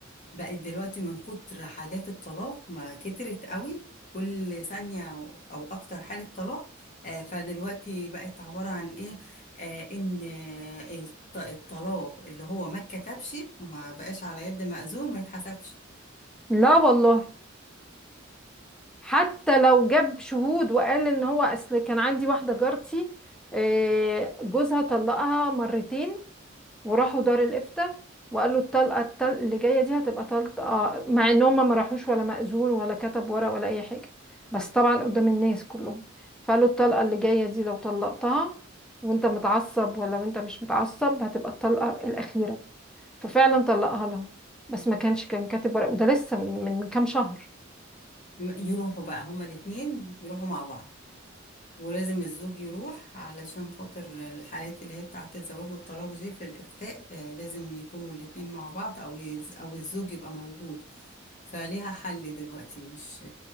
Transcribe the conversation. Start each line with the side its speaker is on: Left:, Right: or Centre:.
Left: بقت دلوقتي من كتر حالات الطلاق ما كترت قوي كل ثانية أو أو أكتر حالة طلاق آه فدلوقتي بقت عبارة عن إيه آه إن آه، الط- الطلاق اللي هو ما اتكتبش ما بقاش على يد مأذون ما يتحسبش
Centre: لا والله حتى لو جاب شهود وقال ان هو اصل كان عندي واحده جارتي آه، جوزها طلقها مرتين وراحوا دار الافتاء وقال له الطلقه التل... اللي جايه دي هتبقى طلقه آه، مع ان هم ما راحوش ولا مأذون ولا كتب ورق ولا اي حاجه بس طبعا قدام الناس كلهم فقال له الطلقه اللي جايه دي لو طلقتها وانت متعصب ولا وانت مش متعصب هتبقى الطلقه الاخيره ففعلا طلقها لها بس ما كانش كان كاتب ورق وده لسه من من من كام شهر
Left: يروحوا بقى هما الاتنين يروحوا مع بعض ولازم الزوج يروح علشان خاطر الحالات اللي هي بتاعة الزواج والطلاق دي في الإفتاء آه، لازم يكونوا الاتنين مع بعض أو يز أو الزوج يبقى موجود فليها حل دلوقتي مش